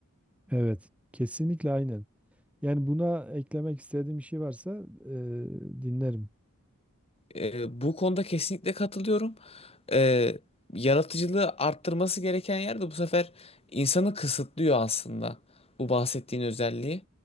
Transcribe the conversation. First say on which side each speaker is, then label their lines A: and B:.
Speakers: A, in the centre; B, on the left.
A: evet kesinlikle aynen. Yani buna eklemek istediğim bir şey varsa e, dinlerim.
B: E, bu konuda kesinlikle katılıyorum. E, yaratıcılığı arttırması gereken yerde bu sefer insanı kısıtlıyor aslında. Bu bahsettiğin özelliği.